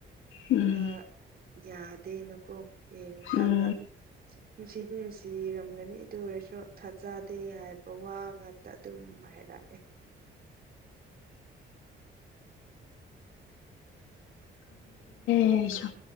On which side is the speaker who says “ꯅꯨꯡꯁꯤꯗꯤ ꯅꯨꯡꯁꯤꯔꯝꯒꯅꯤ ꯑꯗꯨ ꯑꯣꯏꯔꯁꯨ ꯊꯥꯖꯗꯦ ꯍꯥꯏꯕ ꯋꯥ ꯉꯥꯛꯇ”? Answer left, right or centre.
Right